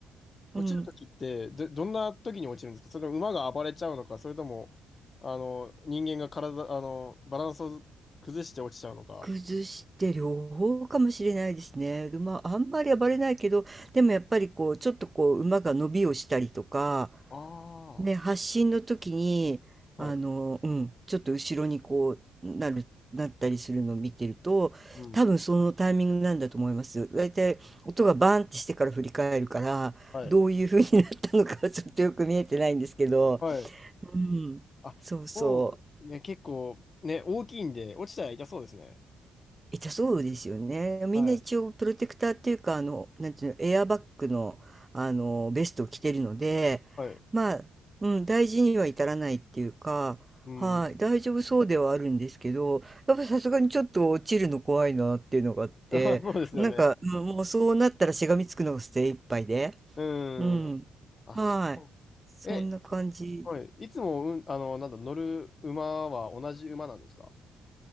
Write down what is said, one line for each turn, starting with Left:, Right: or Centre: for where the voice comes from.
Left: 落ちるときって、
Right: うん、
Left: ど、どんなときに落ちるんですかそれとも馬が暴れちゃうのか、それとも、あの、人間が体、あの、バランスを崩して落ちちゃうのか。
Right: 崩して両方かもしれないですね。で、まあ、あんまり暴れないけど、でもやっぱりこう、ちょっとこう、馬が伸びをしたりとか、
Left: ああ、
Right: ね、発信の時に、
Left: はい。
Right: あの、うん、ちょっと後ろにこう、なる、なったりするのを見てると、
Left: うん。
Right: 多分そのタイミングなんだと思います。大体音がバーンってしてから振り返るから、
Left: はい。
Right: どういう風になったのかはちょっとよく見えてないんですけど、
Left: はい。
Right: うん、
Left: あ、
Right: そうそう。
Left: もう、ね、結構、ね、大きいんで、落ちたら痛そうですね。
Right: 痛たそうですよね。みんな一応プロテクターっていうか、
Left: はい。
Right: あの、なんていうの、エアバッグの、あの、ベストを着てるので、
Left: はい。
Right: まあ、うん、大事には至らないっていうか、
Left: うん。
Right: はい、
Left: <laughs>
Right: 大丈夫そうではあるんですけど、やっぱさすがにちょっと落ちるの怖いなっていうのがあって、
Left: あそうですよね。
Right: なんか、うんもうそうなったらしがみつくのが精一杯で、
Left: う
Right: うん、
Left: ん。あ、
Right: はい、
Left: そ
Right: そんな感じ。
Left: う。え、はい。いつも、うん、あの、なんだ、乗る馬は同じ馬なんですか